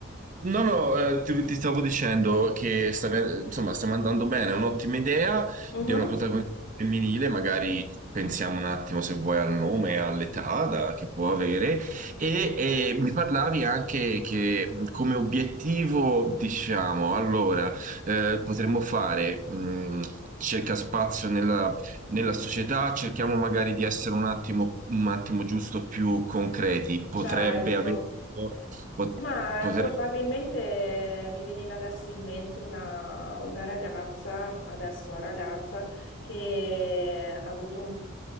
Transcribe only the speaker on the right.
No, no, eh, ti, ti stavo dicendo che sta- insomma, stiamo andando bene, è un'ottima idea
di una protagonista femminile, magari pensiamo un attimo se vuoi al nome, all'età da- che può avere, e, eh, mi parlavi anche che mh, come obiettivo, diciamo, allora, eh, potremmo fare... mh, Cerca spazio nella, nella società, cerchiamo magari di essere un attimo, un attimo giusto più concreti. Potrebbe
avere, pot-
poter